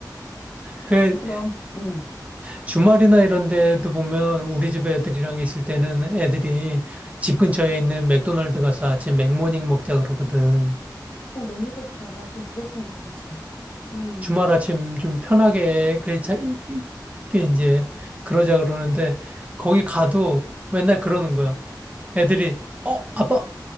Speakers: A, on the left; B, on the right.
A: <laughs>
B: 그래,
A: 그럼 음.
B: 주말이나 이런 데도 보면 우리 집 애들이랑 있을 때는 애들이 집 근처에 있는 맥도날드 가서 아침 맥모닝 먹자 그러거든.
A: 어, 너무 좋다. 난 좀 그랬으면 좋겠어. 음.
B: 주말 아침 좀 편하게 그 자- 그 이제 그러자 그러는데 거기 가도 맨날 그러는 거야. 애들이 어 아빠